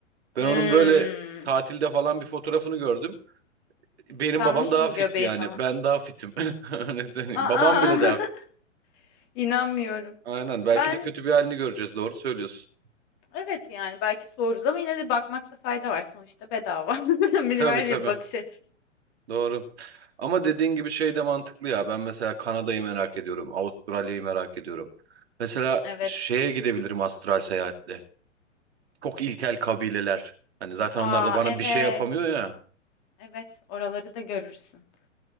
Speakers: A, on the right; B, on the left.
A: Ben
B: Hmm.
A: onun böyle tatilde falan bir fotoğrafını gördüm. Benim
B: Salmış
A: babam daha
B: mı
A: fit
B: göbeği
A: yani.
B: falan?
A: Ben daha fitim. <laughs> Öyle söyleyeyim.
B: Aa,
A: Babam bile daha fit.
B: <laughs> inanmıyorum.
A: Aynen. Belki
B: Ben
A: de kötü bir halini göreceğiz. Doğru söylüyorsun.
B: evet yani belki soruruz ama yine de bakmakta fayda var. Sonuçta bedava. <laughs> Benim
A: Tabii
B: her
A: tabii.
B: şey bakış açım.
A: Doğru. Ama dediğin gibi şey de mantıklı ya. Ben mesela Kanada'yı merak ediyorum. Avustralya'yı merak ediyorum. Mesela
B: Evet.
A: şeye gidebilirim astral seyahatle. Çok ilkel kabileler. Hani zaten
B: Aa
A: onlar da bana
B: evet.
A: bir şey yapamıyor ya.
B: Evet, oraları da görürsün.